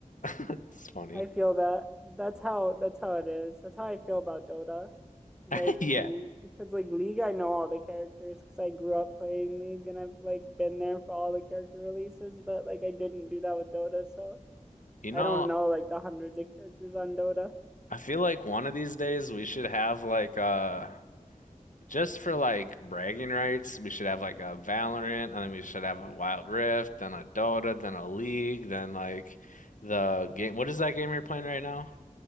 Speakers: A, on the left; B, in the centre.
A: <laughs> It's funny.
B: I feel that. That's how that's how it is. That's how I feel about Dota. Like
A: <laughs> Yeah.
B: l- because like League, I know all the characters because I grew up playing League and I've like been there for all the character releases, but like I didn't do that with Dota, so
A: You
B: I
A: know,
B: don't know like the hundreds of characters on Dota.
A: I feel like one of these days we should have like uh just for like bragging rights, we should have like a Valorant and then we should have a Wild Rift, then a Dota, then a League, then like the game what is that game you're playing right now?